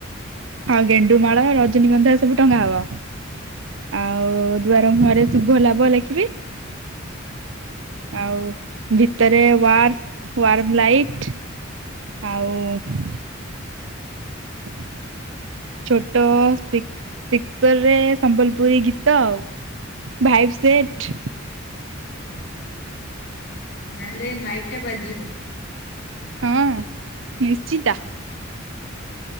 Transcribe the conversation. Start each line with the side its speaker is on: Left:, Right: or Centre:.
Right: ଆଉ ଗେଣ୍ଡୁମାଳ ରଜନୀଗନ୍ଧା ଏ ସବୁ ଟଙ୍ଗା ହବ।
Left: ହଁ।
Right: ଆଉ ଦୁଆାର ମୁହଁରେ ଶୁଭ ଲାଭ ଲେଖିବି। ଆଉ ଭିତରେ ୱାର୍ମ ୱାର୍ମ ଲାଇଟ୍ ଆଉ <inaudible> ଛୋଟ ଶ୍ପିକ୍ ଶ୍ପିକରେ ସମ୍ବଲପୁରୀ ଗୀତ ଆଉ ଭାଇଭ୍ ସେଟ।
Left: ଓଁ ହୋ। ତାହେଲେ ମାଇକ୍ ଟା ବାଜିବ।
Right: ହଁ ନିଶ୍ଚିିତ।